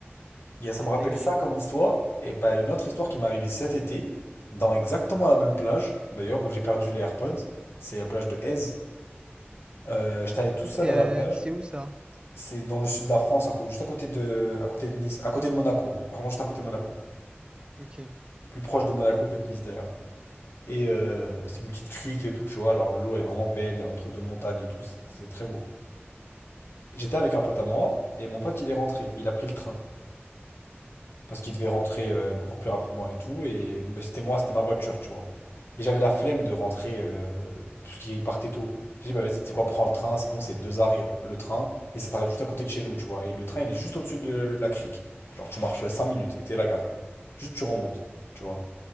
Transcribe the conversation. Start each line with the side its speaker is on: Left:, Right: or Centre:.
Left: Il y a- ça
Right: C'est
Left: me
Right: une
Left: rappelle
Right: dinguerie.
Left: ça comme histoire. Et bah, une autre histoire qui m'est arrivée cet été, dans exactement la même plage, d'ailleurs, où j'ai perdu les AirPods. C'est la plage de Aise. Euh, j'étais allé tout
Right: C'est
Left: seul à la
Right: euh,
Left: plage.
Right: c'est où ça?
Left: C'est dans le sud de la France, à cô- juste à côté de, à côté de Nice, à côté de Monaco. Vraiment juste à côté de Monaco.
Right: Ok,
Left: Plus proche de Monaco que de Nice d'ailleurs. Et euh, c'est une petite crique et tout, tu vois, genre l'eau elle est vraiment belle entre deux montagnes et tout, c'est c'est très beau. J'étais avec un pote à moi et mon pote il est rentré, il a pris le train parce qu'il devait rentrer euh, beaucoup plus rapidement et tout. Et mais c'était moi, c'était ma voiture, tu vois. Et j'avais la flemme de rentrer euh, parce qu'il partait tôt. J'ai dit, bah vas-y, tu sais quoi, prends le train, c'est bon, c'est deux arrêts le train et ça t'arrête juste à côté de chez nous, tu vois. Et le train il est juste au-dessus de la crique, genre tu marches 5 minutes et t'es à la gare, juste tu remontes, tu vois.